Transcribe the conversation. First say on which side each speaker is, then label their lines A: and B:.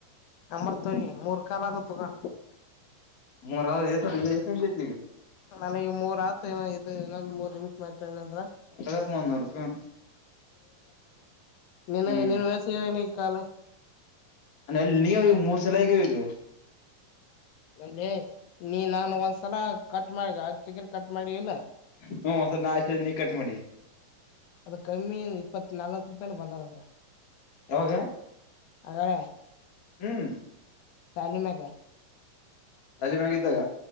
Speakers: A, on the left; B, on the left.
A: ಒಂಬತ್ತುವರೆ ಮೂರ್ ಕಾಲ ಅದೇ ತಕೊ
B: ಮೂರು ಆದ್ರೆ ಎಷ್ಟು ಆಯ್ತೆ ಈಗ
A: ನನ ಈಗ ಮೂರ್ ಆತ ಏನೋ ಇದೆ ಇನ್ನ್ ಮೂರ್ ನಿಮಿಷ ಮಾತಾಡನಂದ್ರ
B: <unintelligible>
A: ನಿನಗೆ
B: ಹ್ಮ್
A: ಎಷ್ಟು ಇದೆ ಇನ್ನ ಕಾಲ್
B: ಅ ನಿನ್ ಮೂರ್ ಸಾಲ ಆಗಿದೆ ಈಗ
A: ಅ ನೀ ನಾನು ಒಂದ್ಸಲ ಕಟ್ ಮಾಡಿ ಚಿಗಿರಿ ಕಟ್ ಮಾಡಿ ಇಲ್ಲ
B: ಹ್ಮ ಒಂದ್ಸಲ ನಾ ಹಚ್ಚಿದ ನೀ ಕಟ್ ಮಾಡಿ
A: ಅದ ಕಮ್ಮಿ ಇಪ್ಪತ್ ನಾಲ್ವತ್ ರೂಪಾಯೀನೇ ಬಂದ ಈಗ
B: ಯಾವಾಗ
A: <unintelligible>
B: ಹ್ಮ್
A: ತಾಲಿಮೆಗೆ
B: ತಲೆಮ್ಯಾಗ ಇದ್ದಾಗ